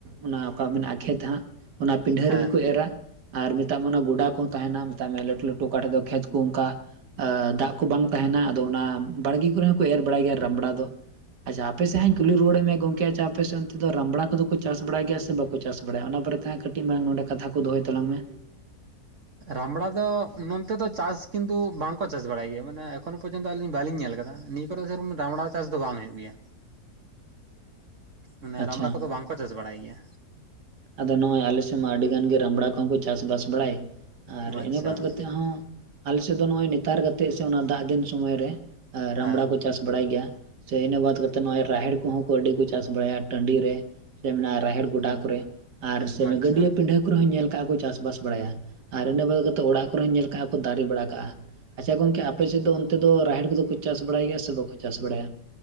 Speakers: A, on the right; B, on the right.
A: ᱚᱱᱟ ᱚᱠᱟ ᱢᱮᱱᱟᱜ-ᱟ ᱠᱷᱮᱛ ᱦᱟᱸᱜ᱾ ᱚᱱᱟ ᱯᱤᱸᱰᱷᱟᱹ
B: ᱦᱮᱸ
A: ᱨᱮᱜᱮ ᱠᱩ ᱮᱨ ᱟ᱾ ᱟᱨ ᱢᱮᱛᱟᱜ ᱢᱮ ᱚᱱᱟ ᱜᱚᱰᱟ ᱠᱚᱦᱚᱸ ᱛᱟᱦᱮᱱᱟ ᱢᱮᱛᱟᱜ ᱢᱮᱭᱟ ᱞᱟᱹᱴᱩ ᱞᱟᱹᱴᱩ ᱚᱠᱟᱴᱮᱫ ᱫᱚ ᱠᱷᱮᱛ ᱠᱚ ᱚᱝᱠᱟ ᱟ ᱫᱟᱜ ᱠᱚ ᱵᱟᱝ ᱛᱟᱦᱮᱱᱟ ᱟᱫᱚ ᱚᱱᱟ ᱵᱟᱲᱜᱮ ᱠᱚᱨᱮ ᱦᱚᱸᱠᱚ ᱮᱨ ᱵᱟᱲᱟᱭ ᱜᱮᱭᱟ ᱨᱟᱢᱲᱟ ᱫᱚ᱾ ᱟᱪᱷᱟ ᱟᱯᱮ ᱥᱮᱡ ᱦᱟᱸᱜ ᱠᱩᱞᱤ ᱨᱩᱣᱟᱹᱲᱮᱜ ᱢᱮᱭᱟ ᱜᱚᱢᱠᱮ ᱟᱪᱷᱟ ᱟᱯᱮ ᱥᱮᱫ ᱚᱱᱛᱮ ᱫᱚ ᱨᱟᱢᱲᱟ ᱠᱚᱫᱚ ᱠᱚ ᱪᱟᱥ ᱵᱟᱲᱟᱭ ᱜᱮᱭᱟ ᱥᱮ ᱵᱟᱠᱚ ᱪᱟᱥ ᱵᱟᱲᱟᱭᱟ ᱚᱱᱟ ᱯᱚᱨᱮ ᱛᱟᱦᱮᱸ ᱠᱟᱹᱴᱤᱡ ᱢᱟᱨᱟᱝ ᱱᱚᱰᱮ ᱠᱟᱛᱷᱟ ᱠᱚ ᱫᱚᱦᱚᱭ ᱛᱟᱞᱟᱝ ᱢᱮ᱾
B: ᱨᱟᱢᱲᱟ ᱫᱚ ᱱᱚᱱᱛᱮ ᱫᱚ ᱪᱟᱥ ᱠᱤᱱᱛᱩ ᱵᱟᱝᱠᱚ ᱪᱟᱥ ᱵᱟᱲᱟᱭ ᱜᱮᱭᱟ ᱢᱟᱱᱮ ᱮᱠᱷᱚᱱᱳ ᱯᱚᱨᱡᱚᱱᱛᱚ ᱟᱹᱞᱤᱧ ᱵᱟᱞᱤᱧ ᱧᱮᱞ ᱟᱠᱟᱫᱟ ᱱᱤᱛ ᱠᱚ ᱨᱮ <inaudible> ᱫᱟᱢᱲᱟ ᱪᱟᱥ ᱫᱚ ᱵᱟᱝ ᱦᱩᱭᱩᱜ ᱜᱮᱭᱟ᱾ ᱢᱟᱱᱮ
A: ᱟᱪᱪᱷᱟ
B: ᱨᱟᱢᱲᱟ ᱠᱚᱫᱚ ᱵᱟᱝᱠᱚ ᱪᱟᱥ ᱵᱟᱲᱟᱭ ᱜᱮᱭᱟ᱾
A: ᱟᱫᱚ ᱱᱚᱜᱼᱚᱭ ᱟᱞᱮ ᱥᱮᱫ ᱢᱟ ᱟᱹᱰᱤ ᱜᱟᱱ ᱜᱮ ᱨᱟᱢᱵᱲᱟ ᱠᱚᱦᱚᱸ ᱠᱚ ᱪᱟᱥᱵᱟᱥ ᱵᱟᱲᱟᱭ᱾ ᱟᱨ
B: ᱟᱪᱪᱷᱟ
A: ᱤᱱᱟᱹ ᱵᱟᱫᱽ ᱠᱟᱛᱮᱜ ᱦᱚᱸ ᱟᱞᱮ ᱥᱮᱫ ᱫᱚ ᱱᱚᱜᱼᱚᱭ ᱱᱮᱛᱟᱨ ᱠᱟᱛᱮᱜ ᱥᱮ ᱫᱟᱜ ᱫᱤᱱ ᱥᱚᱢᱚᱭ ᱨᱮ᱾ ᱟ ᱨᱟᱢᱵᱲᱟ
B: ᱦᱮᱸ
A: ᱠᱚ ᱪᱟᱥ ᱵᱟᱲᱟᱭ ᱜᱮᱭᱟ᱾ ᱥᱮ ᱤᱱᱟᱹ ᱵᱟᱫᱽ ᱠᱟᱛᱮᱫ ᱱᱚᱜᱼᱚᱭ ᱨᱟᱦᱮᱲ ᱠᱚᱦᱚᱸ ᱠᱚ ᱟᱹᱰᱤ ᱠᱚ ᱪᱟᱥ ᱵᱟᱲᱟᱭᱟ ᱴᱟᱺᱰᱤ ᱨᱮ᱾ ᱥᱮ ᱢᱮᱱᱟᱜᱼᱟ ᱨᱟᱦᱮᱲ ᱜᱚᱰᱟ ᱠᱚᱨᱮ ᱟᱨ ᱥᱮ
B: ᱟᱪᱪᱷᱟ
A: ᱜᱟᱹᱰᱭᱟᱹ ᱯᱤᱰᱷᱟᱹ ᱠᱚᱨᱮ ᱦᱚᱸᱧ ᱧᱮᱞ ᱠᱟᱜᱼᱟ ᱠᱚ ᱪᱟᱥ ᱵᱟᱲᱟᱭᱟ ᱟᱨ ᱤᱱᱟᱹ ᱵᱟᱫᱽ ᱠᱟᱛᱮ ᱚᱲᱟᱜ ᱠᱚᱨᱮ ᱦᱚᱸᱧ ᱧᱮᱞ ᱠᱟᱜᱼᱟ ᱠᱚ ᱫᱟᱨᱮ ᱵᱟᱲᱟ ᱠᱟᱜᱼᱟ᱾ ᱟᱪᱪᱷᱟ ᱜᱚᱝᱠᱮ ᱟᱯᱮᱥᱮᱫ ᱫᱚ ᱚᱱᱛᱮ ᱫᱚ ᱨᱟᱦᱮᱲ ᱠᱚᱫᱚ ᱠᱚ ᱪᱟᱥ ᱵᱟᱲᱟᱭ ᱜᱮᱭᱟ ᱥᱮ ᱵᱟᱠᱚ ᱪᱟᱥ ᱵᱟᱲᱟᱭᱟ᱾